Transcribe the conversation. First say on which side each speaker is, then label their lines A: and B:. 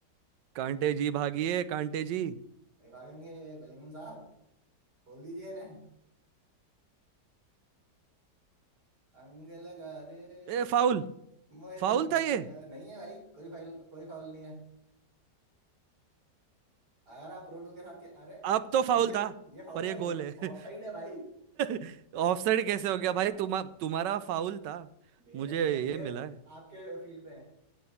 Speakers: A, on the right (about 85°); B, on the right (about 70°).
A: कांटे जी भागिए कांटे जी
B: नहीं भागेंगे बेलिंगम साहब खोल दीजिए ना अंग लगा दे रे
A: ए फाउल
B: मोहे
A: फाउल
B: रंग
A: था ये
B: लगा नहीं है भाई कोई फाउल कोई फाउल नहीं है अगर आप रोडू के साथ के अरे
A: अब तो
B: ये
A: फाउल
B: ये
A: था
B: ये फाउल
A: पर ये
B: है
A: गोल
B: ये
A: है
B: ऑफ साइड है भाई
A: <laughs> ऑफसाइड कैसे हो गया भाई
B: अ,
A: तुम तुम्हारा फाउल था
B: मेरे
A: मुझे
B: पूरे
A: ये
B: प्लेयर्स
A: मिला है
B: आपके फील्ड पे